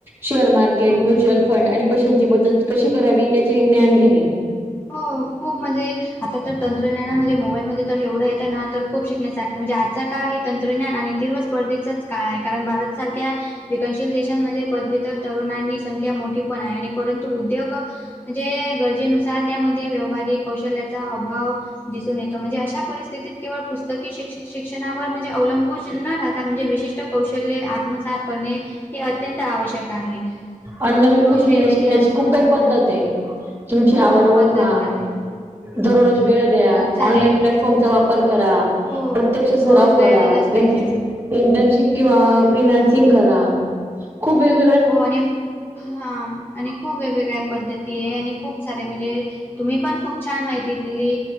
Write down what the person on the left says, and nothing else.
हो
हो खूप म्हणजे आता तर तंत्रज्ञानामध्ये मोबाईलमध्ये तर एवढं येतं ना तर खूप शिकण्यासाठी म्हणजे आजचा काळ हे तंत्रज्ञान आणि तीव्र स्पर्धेचा काळ आहे कारण भारत सारख्या विकनशील देशांमध्ये पदव्युतर तरुणांनी संख्या मोठी पण आहे आणि परंतु उद्योग म्हणजे गरजेनुसार त्यामध्ये व्यवहारिक कौशल्याचा अभाव दिसून येतो म्हणजे अशा परिस्थितीत केवळ पुस्तकी श शिक्षणावर म्हणजे अवलंबून न राहता म्हणजे विशिष्ट कौशल्य आत्मसात करणे हे अत्यंत आवश्यक आहे
रोजनिर्मिती
आश्मयुष्मान
हो,
पद्धत पण आहे.
खूप सारे
हो
रोज वेळ
दिलाच पाहिजे
हो आणि हा आणि खूप वेगवेगळ्या पद्धती आहे आणि खूप सारे म्हणजे तुम्ही पण खूप छान माहिती दिली